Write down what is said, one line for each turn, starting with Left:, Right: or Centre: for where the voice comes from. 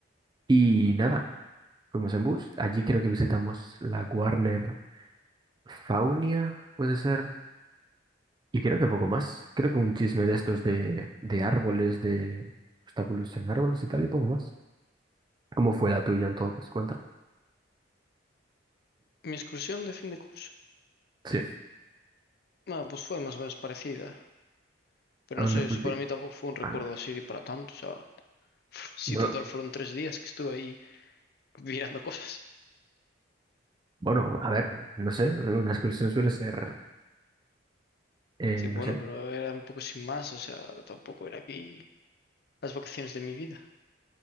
Right: Y nada. Fuimos en bus. Allí creo que visitamos la Warner Faunia, puede ser. Y creo que poco más. Creo que un chisme de estos de, de árboles, de obstáculos en árboles y tal, y poco más. ¿Cómo fue la tuya entonces? Cuéntame.
Left: Mi excursión de fin de curso.
Right: Sí.
Left: Ah, pues fue más o menos parecida. Pero
Right: ¿A
Left: no
Right: dónde
Left: sé,
Right: fuiste?
Left: eso para mí tampoco fue un recuerdo
Right: Ah,
Left: así para tanto. O sea, <laughs> si
Right: no,
Left: total fueron tres días que estuve ahí <laughs> mirando cosas.
Right: bueno, a ver, no sé. Una excursión suele ser, eh,
Left: Sí, bueno,
Right: no sé.
Left: pero era un poco sin más, o sea, tampoco era aquí las vacaciones de mi vida.